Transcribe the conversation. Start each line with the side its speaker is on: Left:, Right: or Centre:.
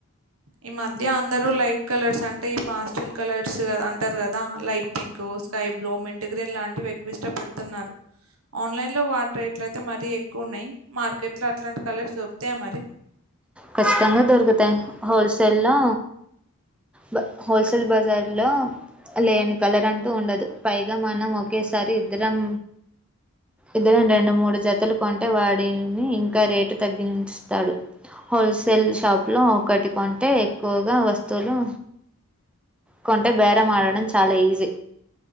Right: ఈ మధ్య అందరూ లైట్ కలర్స్ అంటే ఈ పాస్టల్ కలర్స్ అంటారు గదా light pink sky blue mint green లాంటివి ఎక్కువ ఇష్టపడుతున్నారు ఆన్లైన్ లో వాటి రేట్లు అయితే మరీ ఎక్కువ ఉన్నాయి మార్కెట్ లో అట్లాంటి కలర్స్ దొరుకుతాయా మరి
Centre: ఖచ్చితంగా దొరుకుతాయి హోల్సేల్ లో బ హోల్సేల్ బజార్లో లేని కలర్ అంటూ ఉండదు పైగా మనం ఒకేసారి ఇద్దరం ఇద్దరం రెండు మూడు జతలు కొంటే వాడిని ఇంకా రేటు తగ్గించుతాడు హోల్సేల్ షాప్ లో ఒకటి కోంటే ఎక్కువగా వస్తువులు కొంటే బేరం ఆడడం చాలా ఈజీ